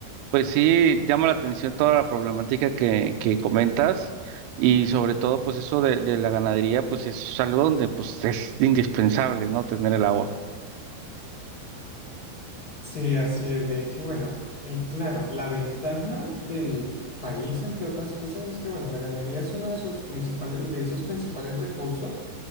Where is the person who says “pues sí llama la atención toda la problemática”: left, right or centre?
Right